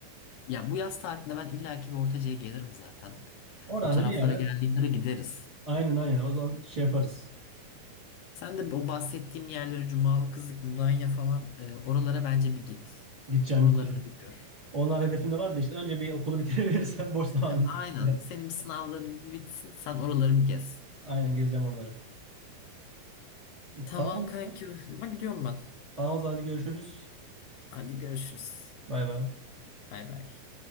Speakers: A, on the left (about 85°); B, on the right (about 20°).
A: Ya bu yaz tatilinde ben illaki bir Ortaca'ya gelirim zaten.
B: Oradan
A: O taraflara
B: da bir ara.
A: Tamam. geldiğimde de gideriz.
B: Aynen aynen. O zaman şey yaparız.
A: Sen de o bahsettiğim yerlere Cumalı Kızık, Mudanya falan e, oralara bence bir git.
B: Gideceğim
A: Oraları
B: gideceğim.
A: da bir gör.
B: Onlar hedefimde vardı işte. Önce bir okulu <laughs> bitirebilirsem boş zamanımda.
A: Ha, Aynen.
B: <laughs>
A: Senin sınavların bir bitsin. Sen oraları bir gez.
B: Aynen gezeceğim oraları. E,
A: Tamam
B: tamam o
A: kanki.
B: zaman.
A: Ama gidiyorum ben.
B: Tamam o zaman hadi görüşürüz.
A: Hadi görüşürüz.
B: Bay bay.
A: Bay bay.